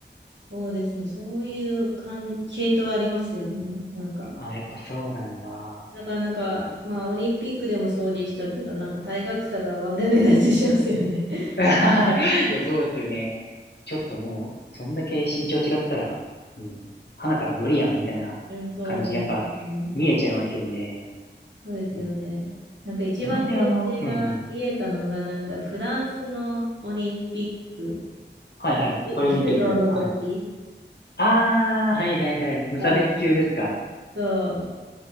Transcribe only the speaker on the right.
そうですね。そういう感、系統ありますよね。なんか、
だからなんか、まあ、オリンピックでもそうでしたけど、なんか体格差が悪目立ちしますよね。<laughs>
うんそうですね。
そうですよね。
なんか一番それが見えたのが、
なんかフランスのオリンピック
のじゅ柔道の時
が、そう、